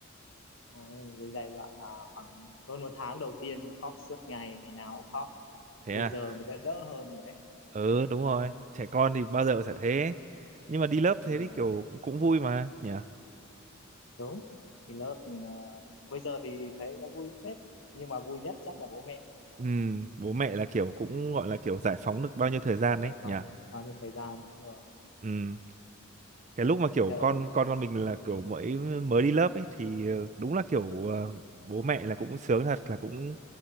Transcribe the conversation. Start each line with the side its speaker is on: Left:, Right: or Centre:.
Left: Ôi, cái giai đoạn là khoảng hơn một tháng đầu tiên khóc suốt ngày, ngày nào cũng khóc.
Right: Thế
Left: Bây
Right: à.
Left: giờ mới đã đỡ hơn rồi đấy.
Right: Ừ đúng rồi, trẻ con thì bao giờ cũng sẽ thế. Nhưng mà đi lớp
Left: Đúng
Right: thế thì
Left: rồi,
Right: kiểu cũng, cũng vui mà nhỉ.
Left: đúng. Thì lớp ừ, ờ, bây giờ thì thấy nó vui phết, nhưng mà vui nhất chắc là bố mẹ
Right: Ừ bố mẹ là kiểu cũng gọi là kiểu giải phóng được bao nhiêu thời gian đấy
Left: mẹ phóng
Right: nhỉ.
Left: bao nhiêu thời gian đúng rồi,
Right: Ừ cái lúc mà kiểu
Left: đỡ
Right: con
Left: hơn.
Right: con con mình là kiểu mới mới đi lớp ấy thì ờ, đúng là kiểu ờ, bố mẹ là cũng sướng thật là cũng